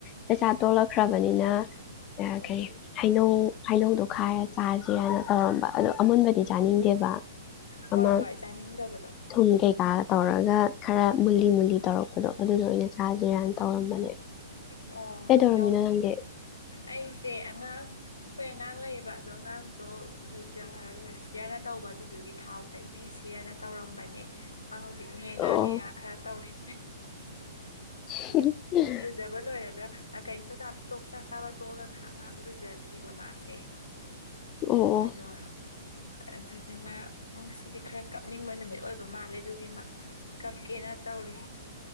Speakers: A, on the left (about 30°); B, on the left (about 80°).
A: ꯆꯆꯥ ꯇꯣꯂꯛꯈ꯭ꯔꯕꯅꯤꯅ ꯑꯥ
B: ꯎꯝ
A: ꯀꯩ ꯍꯩꯅꯧ ꯍꯩꯅꯧꯗꯣ ꯈꯥꯏꯔ ꯆꯥꯥꯖ‌ꯦꯅ ꯇꯧꯔꯝꯕ ꯑꯗꯣ ꯑꯃꯨꯟꯕꯗꯤ ꯆꯥꯅꯤꯡꯗꯦꯕ
B: ꯍꯣꯏ
A: ꯑꯃ
B: ꯍꯣꯏ ꯆꯥꯅꯤꯡꯗꯕꯗꯣ
A: ꯊꯨꯝ ꯀꯩꯀꯥ ꯇꯧꯔꯥꯒ ꯈꯔ ꯃꯨꯜꯂꯤ ꯃꯨꯜꯂꯤ ꯇꯧꯔꯛꯄꯗꯣ ꯑꯗꯨꯗꯣ ꯑꫭꯏꯅ ꯆꯖꯤꯔꯥꯅ ꯇꯧꯔꯝꯕꯅꯦ
B: ꯑꯣ
A: ꯀꯩꯗꯧꯔꯝꯃꯤꯅꯣ
B: ꯍꯩꯅꯧ
A: ꯅꯪꯗꯤ
B: ꯑꯩꯁꯦ ꯑꯉꯥꯡ ꯑꯩꯈꯣꯏ ꯑꯉꯥꯡ ꯂꯩꯌꯦꯕ ꯑꯗꯣ ꯑꯉꯥꯡꯗꯣ ꯂꯨꯖꯥ ꯔꯥꯁꯤꯔꯥꯅ ꯇꯧꯕ ꯑꯗꯨꯗꯨꯒꯤ ꯊꯥꯎ ꯇꯩꯕꯤꯁꯤ ꯄꯤꯔꯅ ꯇꯧꯔꯝꯕꯅꯦ ꯃꯥ ꯍꯧꯖꯤꯛꯅꯦ ꯉꯥ
A: ꯑꯣ
B: ꯉꯥ ꯈꯔ ꯇꯧꯔꯤ
A: <unintelligible>
B: ꯖꯕ ꯂꯣꯏꯔꯒ ꯀꯩ ꯆꯥꯛ ꯆꯥꯕ ꯇꯣꯛꯑꯒꯥ ꯉꯥꯏꯍꯥꯛ ꯉꯥꯏꯍꯥꯛ ꯂꯨꯖꯕꯤꯕ ꯃꯥꯁꯦ
A: ꯑꯣ ꯑꯣ
B: ꯑꯗꫭ ꯑꯗꯨꯗꯤ ꯃꯥ ꯉꯁꯤꯗꯤ ꯈꯔ ꯀꯞꯅꯤꯡꯕ ꯅꯨꯃꯤꯠ ꯑꯣꯏꯕ ꯃꯥꯜꯂꯦ ꯑꯗꯨꯒꯤ ꯃꯥ ꯀꯞꯀꯦꯅ ꯇꯧꯔꯤ